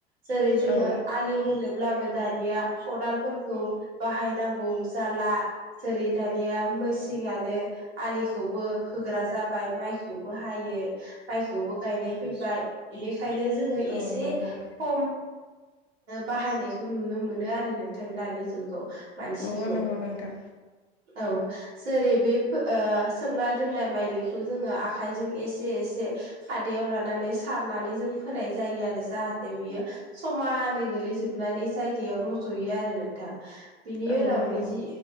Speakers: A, on the right; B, on the left.
A: जेरै जोङो
B: औ
A: आलि होनो ब्लाबो दानिया खदालफोरखौ बाहायनांगौ जाला जेरै दानिया सिंयानो आलिखौबो होग्रा जाबाय माइखौबो हायो माइखौबो गायनाय फैबाय बि ओंखायनो जोङो
B: औ
A: एसे
B: नंगौ
A: खम बाहायनायखौ नुनो मोनो आरो नों थां दानि जुगाव मानसिखौ
B: नंगौ नंगौ नोंथां
A: औ जेरै बे ओ सोमना दोननाय माइलिखौ जोङो आखाइजों एसे एसे खादाआव लानानै नानै सारनानै जों फोनाय जायो आरो जाहेथे बियो समानै गोलैजोबनानै जाय रज'यो आरो नोंथां बिनि
B: औ
A: उनाव
B: नंगौ
A: नैजि